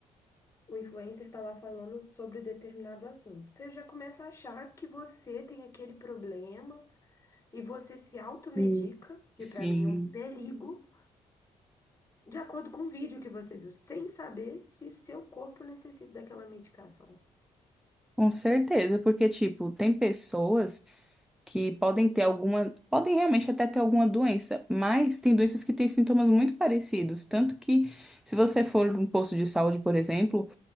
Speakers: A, on the left; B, in the centre.
A: o influencer está lá falando sobre determinado assunto. Você já começa a achar que você tem aquele problema e você se automedica,
B: Hum.
A: que
B: Sim,
A: para mim é um perigo, de acordo com o vídeo que você viu, sem saber se seu corpo necessita daquela medicação.
B: com certeza, porque, tipo, tem pessoas. que podem ter alguma, podem realmente até ter alguma doença, mas tem doenças que têm sintomas muito parecidos, tanto que se você for num posto de saúde, por exemplo,